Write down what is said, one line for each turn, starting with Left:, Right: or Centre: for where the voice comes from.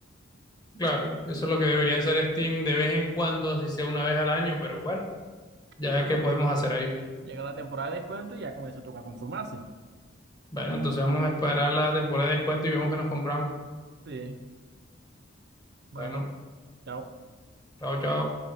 Left: Claro, eso es lo que debería hacer Steam de vez en cuando, así sea una vez al año, pero bueno, ya
Right: Bueno,
Left: que podemos hacer ahí.
Right: llega la temporada de descuento y ya con eso toca conformarse.
Left: Bueno, entonces vamos a esperar la temporada de descuento y vemos que nos compramos.
Right: Sí, bueno,
Left: Bueno,
Right: chao.
Left: chao, chao.